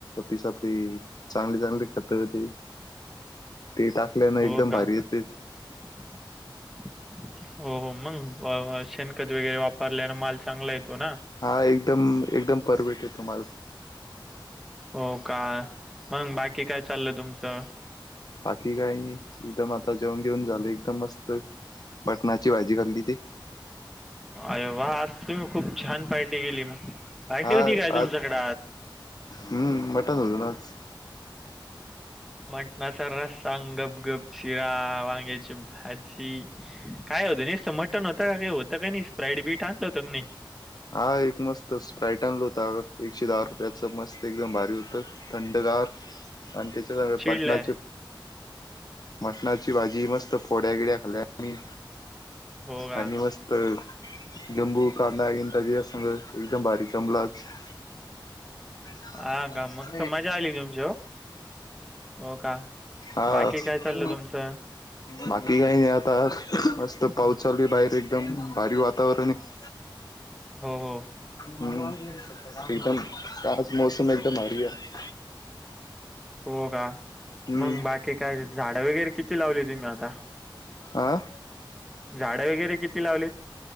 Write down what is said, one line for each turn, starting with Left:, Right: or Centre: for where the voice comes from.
Left: पिसापी चांगले चांगले खत त ते टाकल्यानं
Centre: हो
Left: एकदम
Centre: का
Left: भारी येतयंते
Centre: <inaudible> हो मग शेणखत वगैरे वापरल्याने माल चांगला येतो ना.
Left: हा एकदम एकदम परवेट हे तुम्हाला
Centre: हो का मंग बाकी काय चाललं तुमचं
Left: बाकी काय नाही एकदम आता जेवण बीवन झालं एकदम मस्त मटणाची भाजी खाल्ली ती.
Centre: अरे वा आज तुम्ही खूप छान पार्टी केली मग पार्टी
Left: हा
Centre: होती काय तुमच्याकडे
Left: आज हम्म मटण होतं ना आज
Centre: मटणाचा रस्सां अन् गप गप च्या वांग्याची भाजी काय होतं नसतं मटन होतं काही होतं काय नाही स्प्राईड बीट आणलं होतं की नाही.
Left: हा एक मस्त स्प्राईट आणल होता एकशे दहा रुपयाच मस्त एकदम भारी होतं थंडगार आणि त्याच्या वर
Centre: चिडलंय
Left: पटणाची मटणाची भाजी मस्त फोड्या बिड्या खाल्या आम्ही.
Centre: हो का
Left: आणि मस्त लिंबू कांदा तरी या संग एकदम भारी जमलाचं <unintelligible>
Centre: हा का मग तर मजा आली तुमची हो हो का
Left: आज
Centre: बाकी काय चाललं
Left: <inaudible>
Centre: तुमचं
Left: बाकी काही नाही आता मस्त पाऊस चालू आहे बाहेर एकदम भारी वातावरण आहे.
Centre: हो....
Left: हम्म एकदम आज मोसम एकदम भारी आहे.
Centre: हो का
Left: हम्म
Centre: मग बाकी काय झाडं वगैरे किती लावली तुम्ही आता
Left: आं
Centre: झाडं वगैरे किती लावलीत.